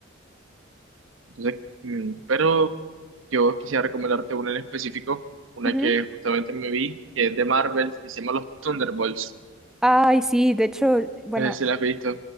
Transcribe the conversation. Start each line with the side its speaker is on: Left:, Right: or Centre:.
Right: Entonces, mm, pero yo quisiera recomendarte una en específico, una
Centre: Ujú.
Right: que justamente me vi, que es de Marvel, que se llama Los Thunderbolts.
Centre: Ay, sí, de hecho, bueno,
Right: No sé si la has visto.